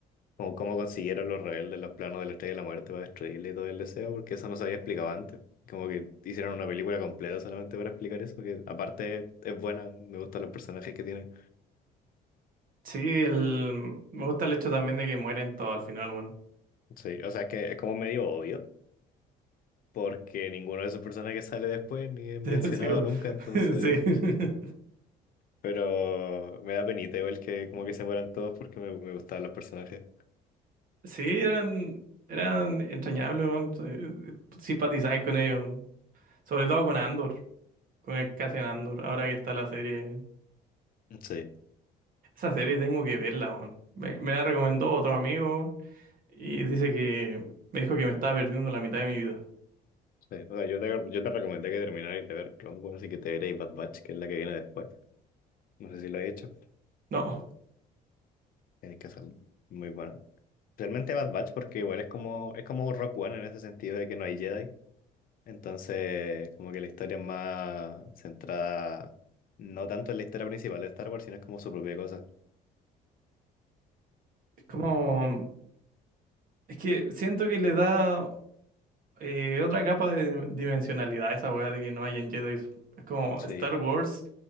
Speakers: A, on the left (about 55°); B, on the right (about 55°).
A: Como cómo consiguieron los rebeldes los planos de la Estrella de la Muerte para destruirle y todo el deseo, porque eso no se había explicado antes. Como que hicieron una película completa solamente para explicar eso, que aparte es buena, me gustan los personajes que tiene.
B: Sí, el, me gusta el hecho también de que mueren todos al final, bueno.
A: Sí, o sea, es que es como medio obvio, porque ninguno de esos personajes sale después ni es mencionado
B: <laughs> Sí,
A: nunca, entonces.
B: sí.
A: Pero me da penita igual que como que se mueran todos porque me, me gustaban los personajes.
B: Sí, eran, eran entrañables, weón. Eh, Simpatizáis con ellos. Sobre todo con Andor, con el Cassian Andor, ahora que está la serie.
A: Sí,
B: Esa serie tengo que verla, weón. Me, me la recomendó otro amigo weón, y dice que me dijo que me estaba perdiendo la mitad de mi vida.
A: sí. O sea, yo te, yo te recomendé que terminarais de ver Clone Wars y que te vierais Bad Batch, que es la que viene después. No sé si lo he hecho.
B: No,
A: Tiene que ser muy bueno. Realmente Bad Batch porque igual es como, es como Rock One en ese sentido de que no hay Jedi. Entonces, como que la historia es más centrada, no tanto en la historia principal de Star Wars, sino es como su propia cosa.
B: es como... Es que siento que le da eh, otra capa de dimensionalidad a esa weá de que no hayan Jedi. Es como
A: Sí,
B: Star Wars,